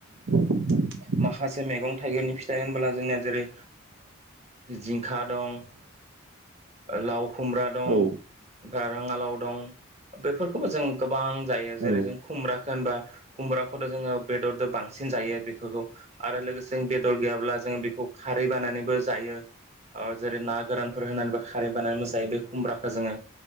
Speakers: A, on the right; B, on the right.
A: <inaudible>
B: माखासे मैगं थाइगंनि फिथाइ होनबोला जोंनिया जेरै जिंखा दं
A: <inaudible>
B: लाव खुमब्रा दं
A: औ
B: ओमफ्राय राङालाव दं बेफोरखौबो जों गोबां जायो जेरै
A: औ
B: जों खुमब्रा होनबा खुमब्राखौथ' जोङो बेदरजों बांसिन जायो बेफोरखौ आरो लोगोसे बेदर गैयाब्ला ज खारै बानानैबो जायो जेरै ना गोरानफोरहोनानै खारै बानानै जायो बे खुमब्राखौ जोङो